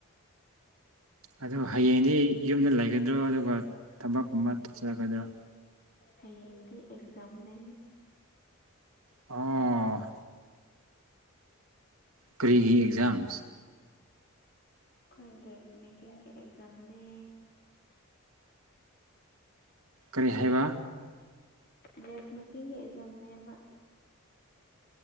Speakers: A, on the right; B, on the left.
A: ꯑꯗꯨ ꯍꯌꯦꯡꯗꯤ ꯌꯨꯝꯗ ꯂꯩꯒꯗ꯭ꯔꯣ ꯑꯗꯨꯒ ꯊꯕꯛꯀꯨꯝꯕ ꯆꯠꯂꯛꯀꯗ꯭ꯔꯣ
B: ꯍꯗꯤ ꯑꯦꯛꯖꯝ ꯅ
A: ꯑ ꯀꯔꯤꯒꯤ ꯑꯦꯛꯖꯥꯝꯁ
B: ꯑꯩꯈꯣꯏ ꯗ꯭ꯔꯦꯁ ꯃꯦꯀꯤꯡꯒꯤ ꯑꯦꯛꯖꯝꯅꯦ
A: ꯀꯔꯤ ꯍꯥꯏꯕ
B: ꯗ꯭ꯔꯦꯁꯃꯤꯀꯤꯡꯒꯤ ꯑꯦꯛꯖꯥꯝꯅꯦꯕ